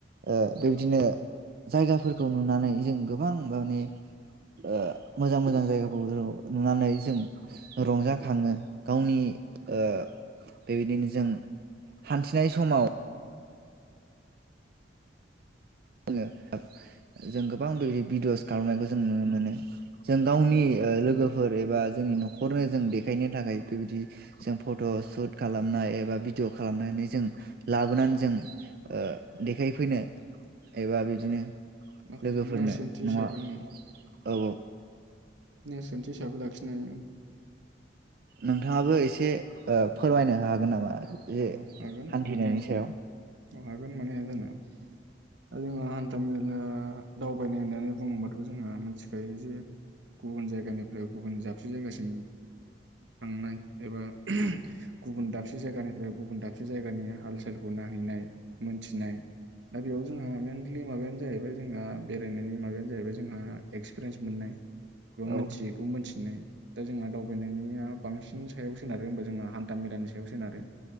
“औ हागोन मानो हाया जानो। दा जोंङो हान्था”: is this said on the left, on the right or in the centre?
Right